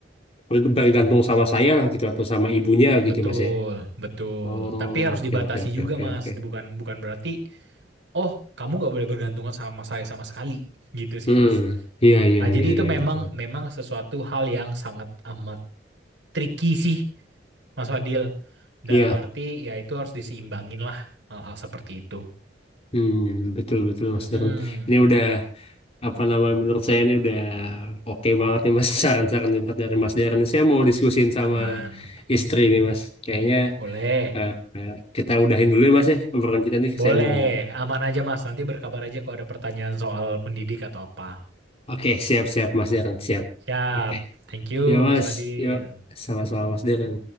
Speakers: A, on the left; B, on the right.
A: ber- bergantung sama saya lah gitu atau sama ibunya gitu
B: betul,
A: Mas ya.
B: betul.
A: Oh,
B: Tapi harus
A: oke
B: dibatasi
A: oke oke
B: juga
A: oke
B: Mas.
A: oke.
B: Bukan bukan berarti, oh kamu nggak boleh bergantungan sama saya sama sekali gitu sih
A: Hmm,
B: Mas.
A: iya iya
B: Nah, jadi
A: iya
B: itu
A: iya
B: memang
A: betul.
B: memang sesuatu hal yang sangat amat tricky sih, Mas Fadil. Dalam
A: Iya,
B: arti ya itu harus diseimbangin lah hal-hal seperti itu.
A: hmm, betul betul Mas
B: Mm-mm,
A: Darren. Ini udah apa namanya menurut saya ini udah oke banget nih Mas <laughs> saran-saran yang buat dari Mas Darren. Ini Saya mau diskusin sama
B: aman.
A: istri nih Mas. Kayaknya
B: Boleh.
A: eh, eh, kita udahin dulu ya Mas ya obrolan kita nih.
B: Boleh.
A: Saya mau
B: Aman aja, Mas. Nanti berkabar aja kalau ada pertanyaan soal pendidik atau apa.
A: Oke, siap siap Mas Darren, siap.
B: Siap.
A: Oke.
B: Thank you,
A: Ya Mas,
B: Mas Fadil.
A: yuk sama-sama Mas Darren.